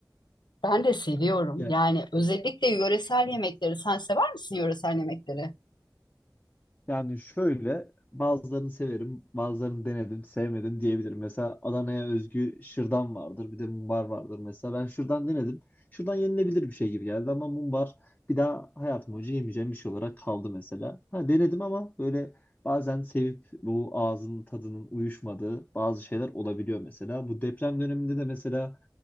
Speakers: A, on the left; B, on the left.
A: Ben de seviyorum.
B: Ya
A: Yani özellikle yöresel yemekleri. Sen sever misin yöresel yemekleri?
B: Yani şöyle bazılarını severim, bazılarını denedim, sevmedim diyebilirim. Mesela Adana'ya özgü şırdan vardır, bir de mumbar vardır mesela. Ben şırdan denedim. Şırdan yenilebilir bir şey gibi geldi ama mumbar bir daha hayatım boyunca yemeyeceğim bir şey olarak kaldı mesela. Ha, denedim ama böyle bazen sevip bu ağzının tadının uyuşmadığı bazı şeyler olabiliyor mesela. Bu deprem döneminde de mesela